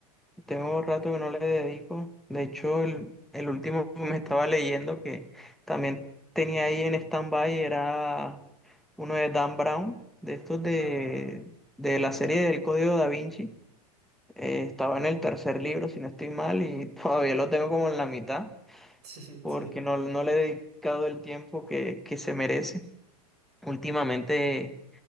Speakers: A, in the centre; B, on the right (about 75°).
A: Tengo rato que no le dedico. De hecho, el, el último que me estaba leyendo que también tenía ahí en stand-by era uno de Dan Brown, de estos de,
B: Ajá. <laughs>
A: de la serie del Código Da Vinci. Eh, estaba en el tercer libro, si no estoy mal, y <laughs> todavía lo tengo como en la mitad,
B: Sí, sí,
A: porque no, no le he dedicado el tiempo que, que se merece. Últimamente,